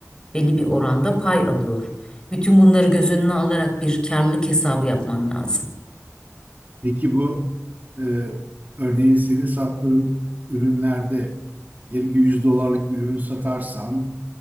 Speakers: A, on the left (about 15°); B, on the right (about 35°).
A: belli bir oranda pay alıyor. Bütün bunları göz önüne alarak bir karlılık hesabı yapman lazım.
B: Peki bu e, örneğin senin sattığın ürünlerde diyelim ki 100 dolarlık bir ürün satarsan